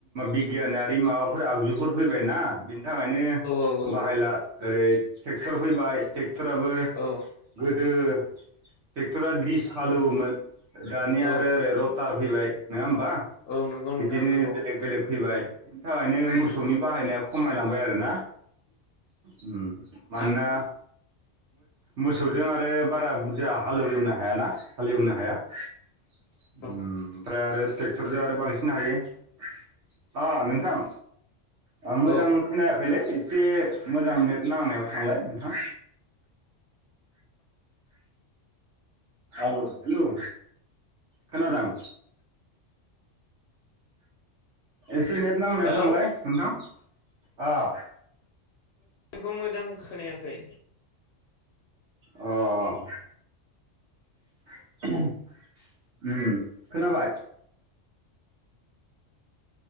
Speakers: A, on the right; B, on the left.
A: <unintelligible> गियानारि माबाफोर आगजुफोर फैबायना बिनि थाखायनो
B: औ औ औ
A: बाहायला ओरै ट्रेक्टर फैबाय ट्रेक्टराबो
B: औ
A: गोदो टे ट्रेक्टरा दिस हालेवोमोन
B: उम
A: दानिया
B: औ
A: आरो ओरै रटार फैबाय नङा होमबा। बा
B: औ नंगौ नोंथां
A: बिदिनो
B: नंगौ
A: बेलेग बेलेग फैबाय बिनि थाखायनो
B: उम
A: मोसौनि बाहायनाया खमायलांबाय आरोना उम मानोना
B: आ
A: मोसौजों आरो बारा बुरजा हालेव एवनो हायाना हालेवनो हाया उम
B: औ
A: ओमफ्राय आरो ट्रेक्टरजों आरो बांसिन हायो अ' नों नोंथां मोजां
B: औ
A: खोनायाखैलै एसे मोजां नेट नांनायाव थांलाय नोंथां। औ हेल' खोनादों एसे नेट नांनायाव
B: हेलौ
A: थांलाय नोंथां अ'
B: <unintelligible> मोजां खोनायाखै
A: अ'। <unintelligible> उम खोनाबाय